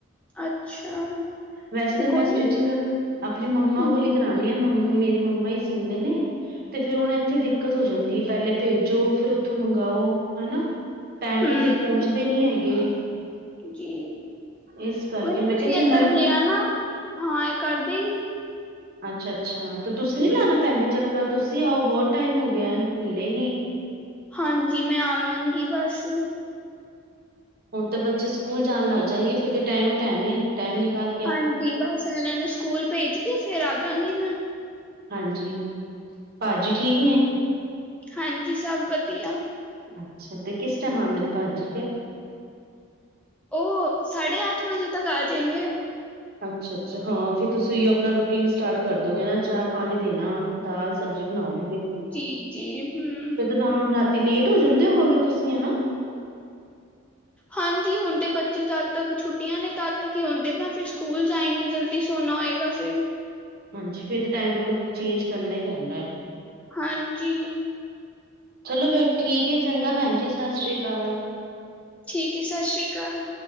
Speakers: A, in the centre; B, on the right.
A: ਅੱਛਾ।
B: ਵੈਸੇ
A: ਤੇ
B: ਤਾਂ ਮੈਂ
A: ਕੋਈ
B: ਸਟਿਚਿੰਗ
A: ਨੀ
B: ਆਪਣੀ ਮੰਮਾ
A: ਹਮ
B: ਕੋਲ ਹੀ ਕਰਾਂ ਮੇਰੀ ਮੰਮਾ ਮੇਰੀ ਮੰਮਾ ਹੀ ਸੀਨਦੇ ਨੇ। ਤੇ ਫੇਰ ਹੁਣ ਇੱਥੇ ਦਿੱਕਤ ਹੋ ਜਾਂਦੀ ਹੈ ਪਹਿਲੇ ਭੇਜੋ ਫੇਰ ਉੱਥੋਂ ਮੰਗਵਾਓ। ਹਨਾ ਟਾਈਮ
A: ਹਮ
B: ਤੇ ਫਿਰ ਪਹੁੰਚਦੇ ਨੀ ਹੈਗੇ।
A: ਜੀ
B: ਇਸ ਕਰਕੇ
A: ਕੋਈ ਨੀ
B: ਮੈਂ
A: ਤੁਸੀਂ
B: ਕਿਹਾ ਚੱਲ
A: ਇਧਰ
B: ਮੈਂ
A: ਲੇ ਆਣਾ ਹਾਂ ਇਹ ਕਰ ਦੇਗੀ।
B: ਅੱਛਾ ਅੱਛਾ ਤੇ ਤੁਸੀਂ ਨੀ ਲਾਉਣਾ
A: ਹਮ
B: ਭੈਣ ਜੀ ਚੱਕਰ ਤੁਸੀਂ ਆਓ ਬਹੁਤ ਟਾਈਮ ਹੋ ਗਿਆ ਮਿਲੇ ਹੀ ਨੀ।
A: ਹਾਂਜੀ ਮੈਂ ਆਵਾਂਗੀ ਬਸ।
B: ਹੁਣ ਤੇ ਬੱਚੇ ਸਕੂਲ ਜਾਣ ਲੱਗ ਜਾਏਗੇ ਫਿਰ ਤੇ ਟਾਈਮ ਹੀ ਟਾਈਮ ਏ ਟਾਈਮ ਨਿਕਲ
A: ਹਾਂਜੀ ਬਸ ਇਹਨਾਂ ਨੂੰ ਸਕੂਲ ਭੇਜ ਕੇ ਫੇਰ ਆਜਾਗੀ ਮੈਂ।
B: ਹਾਂਜੀ, ਭਾਜੀ ਠੀਕ ਨੇ।
A: ਹਾਂਜੀ ਸਭ ਵਧੀਆ।
B: ਅੱਛਾ ਤੇ ਕਿਸ ਟਾਈਮ ਆਉਂਦੇ ਨੇ ਭਾਜੀ ਫਿਰ।
A: ਉਹ ਸਾਢੇ ਅੱਠ ਵਜੇ ਤੱਕ ਆ ਜਾਏਗੇ।
B: ਅੱਛਾ ਅੱਛਾ ਹਾਂ ਫਿਰ ਤੁਸੀਂ ਆਪਣਾ ਰੂਟੀਨ ਸਟਾਰਟ ਕਰ ਦੋਉਗੇ ਨਾ ਚਾਹ ਪਾਣੀ ਦੇਣਾ। ਦਾਲ ਸਬਜ਼ੀ ਬਣਾਓਗੇ ਫੇਰ।
A: ਜੀ ਜੀ ਹਮ
B: ਤੁਹਾਨੂੰ ਰਾਤੀ ਲੇਟ ਹੋ ਜਾਂਦੇ ਹੋਵੋਗੇ ਤੁਸੀਂ ਹਨਾ
A: ਹਾਂ ਹਾਂਜੀ ਹੁਣ ਬੱਚੇ ਜਦ ਤੱਕ ਛੁੱਟੀਆਂ ਨੇ ਤਦ ਤੱਕ ਹੀ ਹੁੰਦੇ ਮ ਫਿਰ ਸਕੂਲ ਜਾਏਗੇ ਜਲਦੀ ਸੋਣਾ ਹੋਏਗਾ। ਬ
B: ਹਾਂਜੀ ਫੇਰ ਤਾਂ ਟਾਈਮ ਟੇਬਲ ਚੇਂਜ ਕਰਨਾ ਹੀ ਪੈਂਦਾ ਹੈ
A: ਹਾਂਜੀ
B: ਚਲੋ ਫੇਰ ਠੀਕ ਏ ਚੰਗਾ ਭੈਣ ਜੀ ਸਤਿ ਸ੍ਰੀ ਅਕਾਲ
A: ਠੀਕ ਹੈ ਸਤਿ ਸ੍ਰੀ ਅਕਾਲ